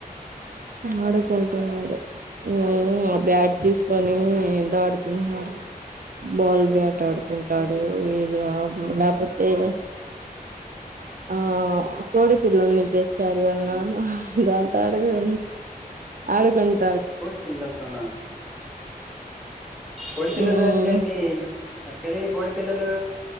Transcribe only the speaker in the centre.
కోడి పిల్లలతోనా కోడిపిల్లల
ఏంటండి అక్కడి కోడిల్ పిల్లలు